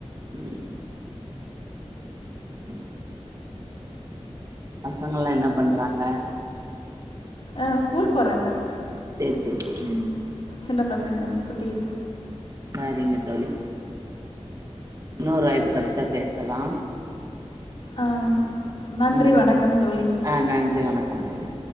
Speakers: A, on the right; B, on the left.
A: ம் உம் பசங்கள்லா என்ன பண்றாங்க
B: அ ஸ்கூல் போறாங்க
A: சேரி சேரி சேரி
B: ம்.
A: சேரி
B: சின்ன பசங்க தா குட்டிதா
A: சரிங்க தோழி இன்னோரு வாய்ப்பு கெடச்சா பேசலா
B: அ நன்றி
A: ம்
B: வணக்கம் தோழி
A: ஆ நன்றி வணக்கம் தோழி